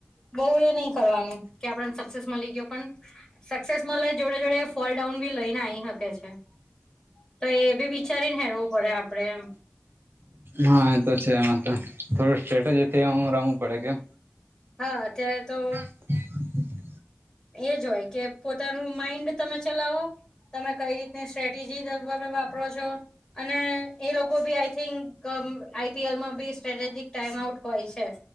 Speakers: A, on the left; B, on the right.
A: બઉુ એ નહી કરવાનું કે આપે સક્સેસ મળી ગયો પણ સક્સેસ મળે જોડે જોડે ફોલડાઉન બી લઈને આવી શકે છે તો એ બી વિચારીને હેરવું પડે આપડે એમ.
B: હા એ તો છે એમાં તો થોડું સ્ટ્રેટેજી થી રમવું પડે કેમ
A: હા ત્યારે તો
B: <inaudible>
A: એજ હોય કે પોતાનું માઈન્ડ તમે ચલાવો તમે કઈ રીતની સ્ટ્રેટેજી રમવા વાપરો છો અને એ લોકો બી આઈ થિંક આઈપીએલમાં બી સ્ટ્રેટેજીક ટાઈમ આઉટ હોય છે.